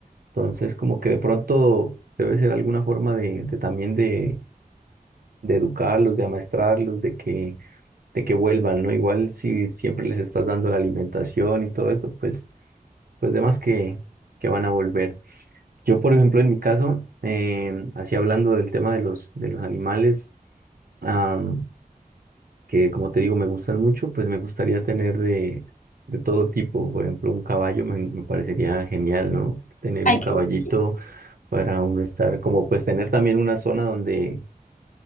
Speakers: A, on the right; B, on the left.
A: Entonces, como que de pronto debe ser alguna forma de, de también de, de educarlos, de amaestrarlos, de que de que vuelvan, ¿no? Igual si siempre les estás dando la alimentación y todo eso, pues, pues demás que, que van a volver. Yo, por ejemplo, en mi caso, eh, así hablando del tema de los, de los animales, am, que como te digo, me gustan mucho, pues me gustaría tener de, de todo tipo. Por ejemplo, un caballo me, me parecería genial, ¿no? Tener
B: Ay,
A: un
B: qué
A: caballito
B: bonito.
A: para uno estar, como pues tener también una zona donde...